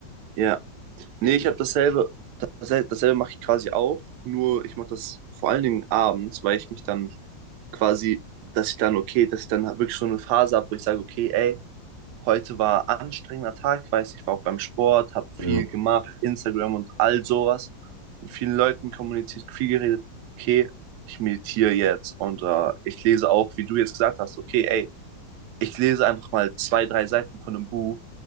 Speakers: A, on the right; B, on the right.
A: Ja. Nee,
B: Ich,
A: ich
B: ich,
A: habe dasselbe, dasselbe, dasselbe mache ich quasi auch, nur ich mache das vor allen Dingen abends, weil ich mich dann quasi, dass ich dann, okay, dass ich dann halt wirklich schon eine Phase habe, wo ich sage, okay, ey, heute war ein anstrengender Tag, weiß ich war auch beim Sport, habe viel
B: ja,
A: gemacht, Instagram und all sowas, mit vielen Leuten kommuniziert, viel geredet, okay, ich meditiere jetzt und äh, ich lese auch, wie du jetzt gesagt hast, okay, ey, ich lese einfach mal zwei, drei Seiten von einem Buch.